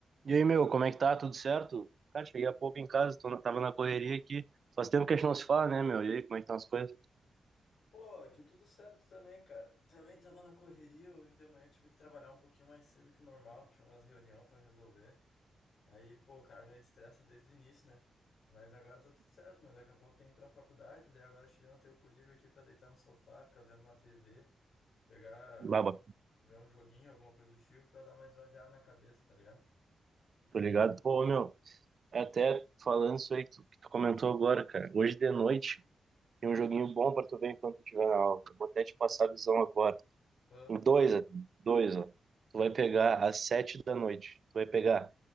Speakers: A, on the right; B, on the left.
A: E aí, meu, como é que tá? Tudo certo? Cara, cheguei há pouco em casa, tô na- tava na correria aqui. Faz tempo que a gente não se fala, né, meu? E aí, como é que estão as coisas?
B: Pô, aqui tudo certo também, cara. Também tava na correria hoje de manhã, tive que trabalhar um pouquinho mais cedo que o normal, tinha umas reunião pra resolver. Aí, pô, o cara já estressa desde o início, né? Mas agora tá tudo certo, meu. Daqui a pouco tem que ir pra faculdade, daí agora eu tirei um tempo livre aqui pra deitar no sofá, ficar vendo uma TV, pegar,
A: Baba,
B: ver um joguinho, alguma coisa do tipo, pra dar uma esvaziada na cabeça, tá ligado?
A: tô ligado. Pô, meu, é até falando isso aí que tu, que tu comentou agora, cara. Hoje de noite tem um joguinho bom pra tu ver enquanto tu estiver na aula. Eu Vou até te passar a visão agora.
B: Pô,
A: Em dois, ó, dois, ó. Tu vai pegar às sete da noite. Tu vai pegar